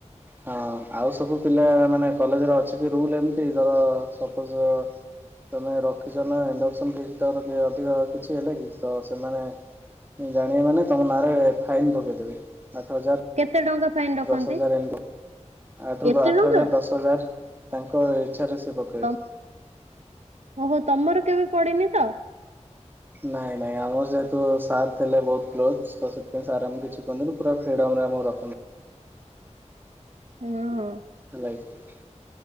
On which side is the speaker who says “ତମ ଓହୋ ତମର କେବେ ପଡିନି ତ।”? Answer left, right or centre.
Right